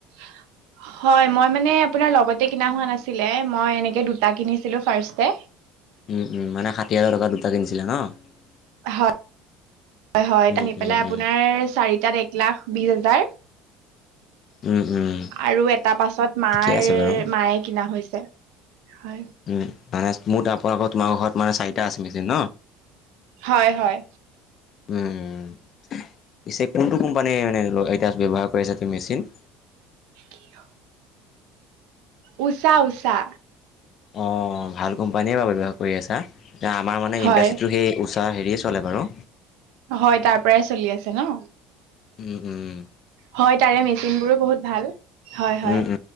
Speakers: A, on the right; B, on the left.
A: <inaudible> হয়, মই মানে আপোনাৰ লগতে কিনা হোৱা নাছিলে মই এনেকে দুটা কিনিছিলো ফাৰ্ষ্টতে।
B: উম, উম, মানে ষাঠি হাজাৰ <unintelligible>
A: হয়-হয়
B: উম,
A: <unintelligible> পেলাই
B: উম,
A: আপোনাৰ
B: উম,
A: চাৰি তাত এক লাখ বিছ হাজাৰ।
B: উম, উম,
A: আৰু এটা পাছত মাৰ
B: ঠিকে আছে বাৰু।
A: মায়ে কিনা হৈছে। হয়
B: উম, মানে মোৰ <unintelligible> তোমাৰ ঘৰত মানে চাৰিটা আছে মেচিন ন।
A: হয়- হয়।
B: উম। পিছে কোনটো কোম্পানীয়ে মানে <unintelligible> ব্যৱহাৰ কৰি আছে মেচিন।
A: <inaudible> উচা - উচা।
B: অ', ভাল কোম্পানীয়ে বাৰু ব্যৱহাৰ কৰি আছা এ আমাৰ মানে
A: হয়
B: ইণ্ডাষ্ট্ৰিটো সেই উচা হেৰিয়ে চলে বাৰু।
A: হয় তাৰ পৰাই চলি আছে ন।
B: উম-উম।
A: হয় তাৰে মেচিনবোৰো বহুত ভাল, হয়-
B: উম,
A: হয়